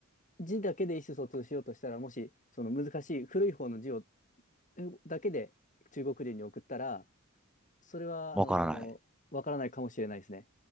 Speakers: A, on the left; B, in the centre.
A: 字だけで意思疎通しようとしたら、もし、その難しい古い方の字を、えだけで中国人に送ったら、それは、
B: わからない。
A: あの、わからないかもしれないですね。